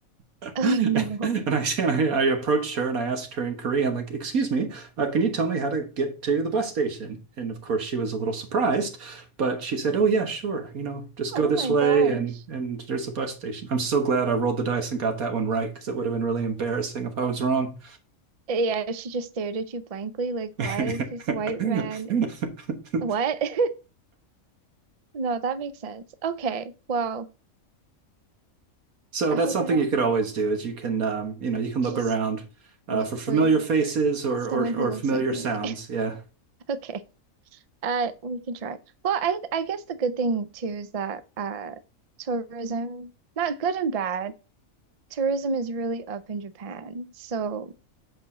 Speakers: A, on the right; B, on the right.
A: <laughs>
B: Oh no.
A: And I, and I, I approached her and I asked her in Korean, like, "Excuse me, uh, can you tell me how to get to the bus station?" And of course, she was a little surprised, but she said, "Oh yeah, sure. You know, just
B: Oh
A: go this
B: my
A: way,
B: gosh.
A: and and there's a bus station." I'm so glad I rolled the dice and got that one right because it would have been really embarrassing if I was wrong.
B: Yeah, she just stared at you blankly, like, why
A: <laughs>
B: is this white man? What? <laughs> No, that makes sense. Okay, well,
A: So
B: I
A: that's
B: hope
A: something
B: I don't
A: you could always do is you can, um, you know, you can look
B: just
A: around uh,
B: look
A: for familiar
B: for
A: faces or
B: someone
A: or,
B: who
A: or
B: looks
A: familiar
B: like me.
A: sounds.
B: <laughs>
A: Yeah.
B: Okay, uh, we can try. Well, I I guess the good thing too is that uh, tourism, not good and bad, tourism is really up in Japan. So